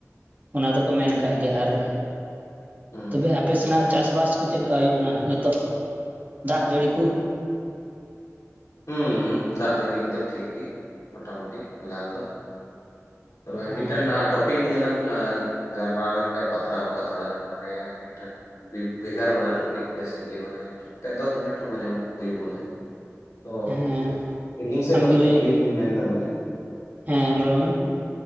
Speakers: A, on the right (about 35°); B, on the left (about 85°).
A: ᱚᱱᱟ ᱫᱚᱠᱚ ᱢᱮᱱ ᱟᱠᱟᱜ ᱜᱮᱭᱟ ᱟᱨ
B: ᱦᱩᱸ
A: ᱛᱚᱵᱮ ᱟᱯᱮ ᱥᱮᱱᱟᱜ ᱪᱟᱥᱵᱟᱥ, ᱠᱳ ᱪᱮᱫ ᱞᱮᱠᱟ ᱦᱩᱭᱩᱜ ᱠᱟᱱᱟ ᱱᱤᱛᱚᱜ ᱫᱟᱜᱽ ᱡᱟᱹᱲᱤ ᱠᱚ᱾
B: ᱦᱩᱸ ᱫᱟᱜᱽ ᱡᱟᱹᱲᱤ ᱠᱚᱫᱚ ᱴᱷᱤᱠ ᱜᱤ ᱢᱚᱴᱟᱢᱩᱴᱤ ᱯᱷᱤᱞᱦᱟᱞ ᱫᱚ᱾ ᱛᱚᱵᱮ
A: ᱦᱮᱸ
B: ᱢᱤᱫᱴᱮᱱ ᱴᱚᱯᱤᱠ ᱱᱤᱭᱮᱞᱟᱝ ᱜᱟᱞᱢᱟᱨᱟᱣᱮᱱ <unintelligible> ᱵᱟᱛᱨᱟᱣ ᱠᱚᱜᱼᱟ ᱛᱷᱚᱲᱟ ᱜᱟᱱ ᱢᱟᱱᱮ ᱢᱤᱫᱴᱮᱱ᱾ ᱵᱷᱮᱜᱟᱨ ᱵᱟᱞᱟ ᱴᱚᱯᱤᱠ ᱡᱮᱥᱮᱠᱤ ᱢᱟᱱᱮ ᱫᱚᱥ ᱢᱤᱱᱤᱴ ᱦᱚᱸ ᱡᱮᱢᱚᱱ ᱦᱩᱭᱩᱜ ᱵᱚᱞᱮ, ᱛᱚ
A: ᱦᱮᱸ
B: ᱟᱹᱞᱤᱧ ᱥᱮᱫ
A: ᱟᱢᱜᱮ
B: ᱠᱷᱚᱱ ᱠᱩᱠᱞᱤ
A: ᱞᱟᱹᱭ
B: ᱞᱤᱧ ᱢᱮᱱᱫᱟ ᱵᱚᱞᱮ?
A: ᱦᱮᱸ ᱨᱚᱲ ᱢᱮ